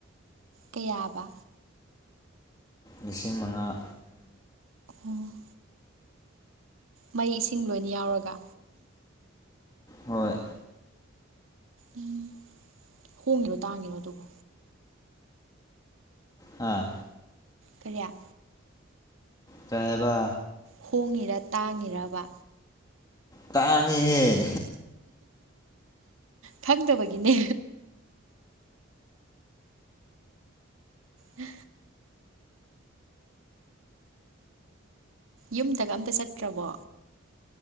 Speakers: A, on the right; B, on the left.
A: ꯀꯌꯥꯑꯕ
B: ꯂꯤꯁꯤꯡ ꯃꯉꯥ
A: ꯎꯝ ꯃꯩ ꯏꯁꯤꯡ ꯂꯣꯏ ꯌꯥꯎꯔꯒ
B: ꯍꯣꯏ
A: ꯎꯝ ꯍꯣꯡꯉꯤꯔꯣ ꯇꯥꯡꯉꯤꯔꯣ ꯑꯗꯨꯕꯨ
B: ꯑꯥ
A: ꯀꯌꯥ
B: ꯀꯥꯏ ꯍꯥꯏꯕ
A: ꯍꯣꯡꯉꯤꯔ ꯇꯥꯡꯉꯤꯔꯕ
B: ꯇꯥꯡꯉꯤꯍꯦ
A: ꯈꯪꯗꯕꯒꯤꯅꯦ ꯎ ꯌꯨꯝꯗꯒ ꯑꯝꯇ ꯆꯠꯇ꯭ꯔꯕꯣ